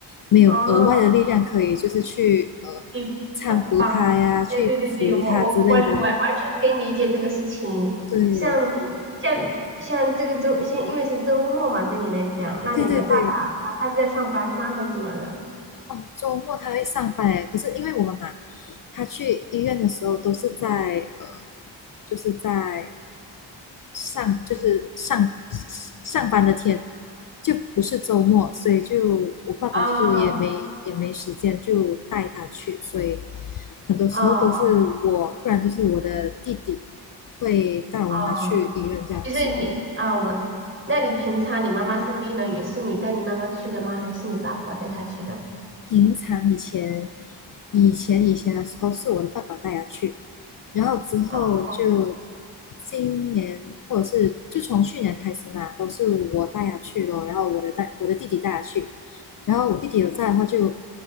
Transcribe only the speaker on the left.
没有额外的力量可以就是去呃搀扶她呀，
去扶她之类的，
对。
对对对，
哦，周末他会上班诶，可是因为我们嘛，他去医院的时候都是在呃，就是在上就是上上班的天，就不是周末，所以就我爸爸就也没也没时间就带他去，
所以很多时候都是我，
不然就是我的弟弟会带我妈妈去医院这样子。
平常以前以前以前的时候是我的爸爸带他去，然后之后就
今年或者是就从去年开始嘛，都是我带他去咯，然后我的带我的弟弟带他去，然后我弟弟有在的话就